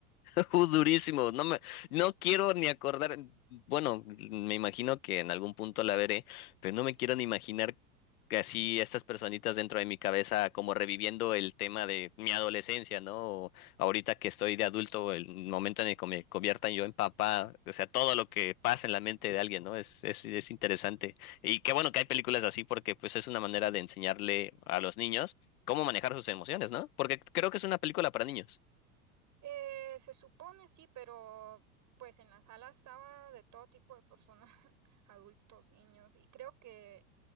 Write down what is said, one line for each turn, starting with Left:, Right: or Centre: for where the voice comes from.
Left: <laughs> Uh, durísimo, no me, no quiero ni acordar, bueno, me imagino que en algún punto la veré, pero no me quiero ni imaginar que así estas personitas dentro de mi cabeza como reviviendo el tema de mi adolescencia, ¿no? O ahorita que estoy de adulto, el momento en el que me conviertan yo en papá, o sea, todo lo que pasa en la mente de alguien, ¿no? Es, es, es interesante. Y qué bueno que hay películas así porque pues es una manera de enseñarle a los niños cómo manejar sus emociones, ¿no? Porque creo que es una película para niños.
Right: Eh, se supone sí, pero pues en la sala estaba de todo tipo de personas, <laughs> adultos, niños, y creo que